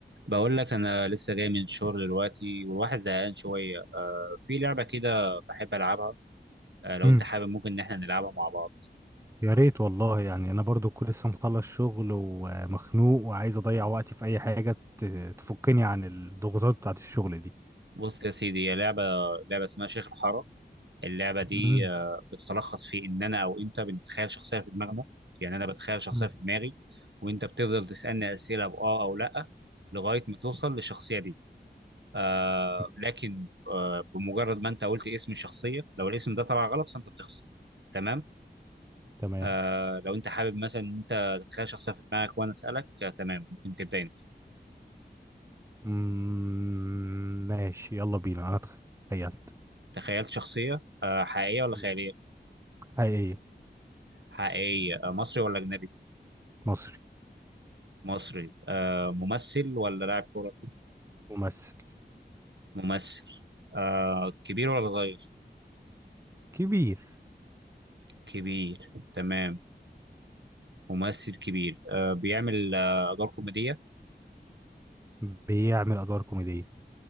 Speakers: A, on the right; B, on the right.
A: بقول لك انا لسه جاي من الشغل دلوقتي والواحد زهقان شويه آه في لعبه كده بحب العبها آه لو
B: امم
A: انت حابب ممكن ان احنا نلعبها مع بعض
B: يا ريت والله يعني انا برضو كنت لسه مخلص شغل ومخنوق وعايز اضيع وقتي في اي حاجه ت- تفكني عن الضغوطات بتاعت الشغل دي
A: بص يا سيدي هي لعبه لعبه اسمها شيخ الحاره اللعبه دي
B: امم
A: آه بتتلخص في ان انا او انت بنتخيل شخصيه في دماغنا يعني انا بتخيل شخصيه
B: امم
A: في دماغي وانت بتفضل تسالني اسئله باه او لا لغايه ما توصل للشخصيه دي آه
B: ماشي.
A: لكن آه بمجرد ما انت قلت اسم الشخصيه لو الاسم ده طلع غلط فانت بتخسر تمام
B: تمام
A: آه لو انت حابب مثلا إن انت تتخيل شخصيه في دماغك وانا اسالك آه تمام ممكن تبدا انت
B: امم ماشي يلا بينا انا تخيلت
A: تخيلت شخصيه آه حقيقيه ولا
B: مم.
A: خياليه
B: حقيقيه
A: حقيقيه آه مصري ولا اجنبي
B: مصري
A: مصري آه ممثل ولا لاعب كوره
B: ممثل
A: ممثل آه كبير ولا صغير
B: كبير
A: كبير تمام ممثل كبير آه بيعمل آه ادوار كوميديه
B: بيعمل ادوار كوميديه